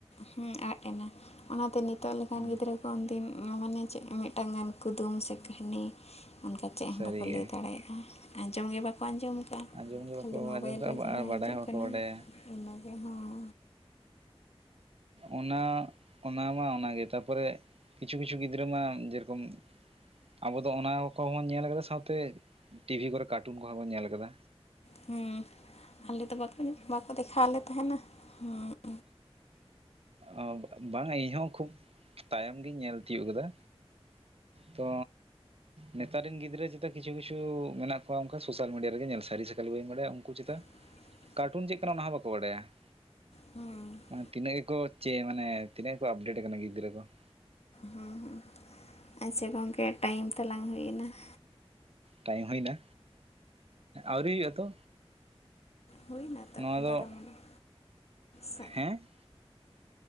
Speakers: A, on the left; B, on the right.
A: ᱦᱩᱸ ᱟᱫ ᱮᱱᱟ ᱚᱱᱟᱛᱮ ᱱᱤᱛᱚᱜ ᱞᱮᱠᱟᱱ
B: ᱦᱮᱸ
A: ᱜᱤᱫᱽᱨᱟᱹ ᱩᱱᱫᱤᱱ ᱢᱟᱱᱮ ᱪᱮᱫ ᱢᱤᱫᱴᱟᱝ ᱜᱟᱱ ᱠᱩᱫᱩᱢ ᱥᱮ ᱠᱟᱹᱦᱱᱤ ᱚᱱᱠᱟ ᱪᱮᱜ
B: ᱥᱟᱹᱨᱤᱜᱮ
A: ᱦᱚᱸ ᱵᱟᱠᱚ ᱞᱟᱹᱭ ᱫᱟᱲᱮᱭᱟᱜ-ᱟ ᱟᱸᱡᱚᱢ ᱜᱮ ᱵᱟᱠᱚ ᱟᱸᱡᱚᱢ ᱟᱠᱟᱜ-ᱟ
B: ᱟᱸᱡᱚᱢ ᱜᱮ
A: ᱠᱷᱟᱹᱞᱤ
B: ᱵᱟᱠᱚ
A: ᱢᱳᱵᱟᱭᱤᱞ
B: ᱟᱸᱡᱚᱢ ᱠᱟᱜᱼᱟ
A: ᱨᱮ ᱡᱟᱦᱟᱸ
B: ᱟᱨ ᱵᱟᱰᱟᱭ
A: ᱦᱤᱡᱩᱜ
B: ᱦᱚᱸ
A: ᱠᱟᱱᱟ
B: ᱵᱟᱠᱚ ᱵᱟᱰᱟᱭᱟ
A: ᱚᱱᱟᱜᱮ ᱦᱚᱸ
B: ᱚᱱᱟ ᱚᱱᱟᱢᱟ ᱚᱱᱟᱜᱮ ᱛᱟᱯᱚᱨᱮ ᱠᱤᱪᱷᱩ ᱠᱤᱪᱷᱩ ᱜᱤᱫᱽᱨᱟᱹ ᱢᱟ ᱡᱮᱨᱚᱠᱚᱢ ᱟᱵᱚ ᱫᱚ ᱚᱱᱟ ᱠᱚᱦᱚᱵᱚᱱ ᱧᱮᱞ ᱟᱠᱟᱫᱟ ᱥᱟᱶᱛᱮ ᱴᱤᱵᱷᱤ ᱠᱚᱨᱮ ᱠᱟᱴᱩᱱ ᱠᱚᱦᱚᱸ ᱵᱚᱱ ᱧᱮᱞ ᱟᱠᱟᱫᱟ
A: ᱦᱩᱸ ᱟᱞᱮ ᱫᱚ ᱵᱟᱠᱚ ᱵᱟᱠᱚ ᱫᱮᱠᱷᱟ ᱟᱞᱮ ᱛᱟᱦᱮᱱᱟ ᱦᱩᱸ
B: ᱚ ᱵᱟᱝᱟ ᱤᱧ ᱦᱚᱸ ᱠᱷᱩᱵ ᱛᱟᱭᱚᱢ ᱜᱮᱧ ᱧᱮᱞ ᱛᱤᱭᱳᱜ ᱟᱠᱟᱫᱟ ᱛᱚ ᱱᱮᱛᱟᱨ ᱨᱮᱱ ᱜᱤᱫᱽᱨᱟᱹ ᱪᱮᱛᱟᱜ ᱠᱤᱪᱷᱩ ᱠᱤᱪᱷᱩ ᱢᱮᱱᱟᱜ ᱠᱚᱣᱟ ᱚᱱᱠᱟ ᱥᱳᱥᱟᱞ ᱢᱤᱰᱤᱭᱟ ᱨᱮᱜᱮ ᱧᱮᱞ ᱥᱟᱹᱨᱤ ᱥᱮ ᱠᱷᱟᱞᱤ ᱵᱟᱹᱧ ᱵᱟᱲᱟᱭᱟ ᱩᱱᱠᱩ ᱪᱮᱫᱟᱜ
A: <inaudible>
B: ᱠᱟᱨᱴᱩᱱ ᱪᱮᱫ ᱠᱟᱱᱟ ᱚᱱᱟ ᱦᱚᱸ ᱵᱟᱠᱚ ᱵᱟᱰᱟᱭᱟ ᱾
A: ᱦᱮᱸ
B: ᱢᱟᱱᱮ ᱛᱤᱱᱟᱹᱜ ᱜᱮᱠᱚ ᱪᱮᱫ ᱢᱟᱱᱮ ᱛᱤᱱᱟᱹᱜ ᱜᱮᱠᱚ ᱟᱯᱰᱮᱴ ᱟᱠᱟᱱᱟ ᱜᱤᱫᱽᱨᱟᱹ ᱠᱚ ᱾
A: ᱦᱩ ᱦᱩᱸ ᱟᱪᱪᱷᱟ ᱜᱚᱢᱠᱮ ᱴᱟᱭᱤᱢ ᱛᱟᱞᱟᱝ ᱦᱩᱭᱱᱟ ᱾
B: ᱴᱟᱭᱤᱢ ᱦᱩᱭ ᱮᱱᱟ ᱟᱹᱣᱨᱤ ᱦᱩᱭᱩᱜ ᱟᱛᱚ
A: ᱦᱩᱭᱮᱱᱟ ᱛᱚ
B: ᱱᱚᱣᱟ ᱫᱚ
A: ᱵᱟᱨᱚ ᱢᱤᱱᱤᱴ ᱥᱮ
B: ᱦᱮᱸ